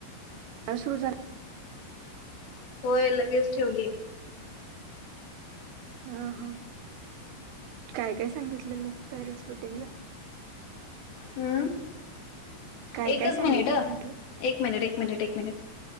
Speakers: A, on the right (about 85°); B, on the left (about 65°).
A: ह सुरू झा
B: होय लगेच ठेवलीय.
A: हा हा काय, काय, सांगितल मग पॅरेंटस मिटिंगला.
B: हूं
A: काय
B: एकच
A: काय सांगितलंय
B: मिनिट अ.
A: म्हंटलं?
B: एक मिनिट, एक मिनिट, एक मिनिट.